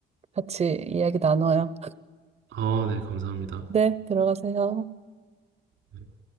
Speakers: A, on the right (about 30°); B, on the right (about 80°).
A: 같이 이야기 나눠요.
B: 아, 네, 감사합니다.
A: 네, 들어가세요.
B: 네.